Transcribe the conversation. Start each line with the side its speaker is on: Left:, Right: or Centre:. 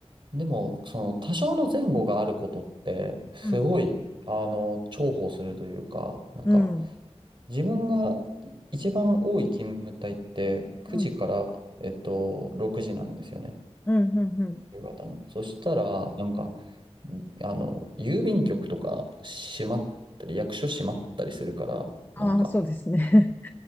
Right: ん。でも、その多少の前後があることって、すごい、
Left: うん。
Right: あの、重宝するというか、なんか、
Left: うん。
Right: 自分がい一番多い勤務帯って、9時から、
Left: うん。
Right: えっと、6時なんですよね、
Left: うん。うん。うん
Right: 夕方の。そしたら、なんか、あの、郵便局とか閉まったり、役所閉まったりするから、
Left: ああ、
Right: なんか、
Left: そうですね。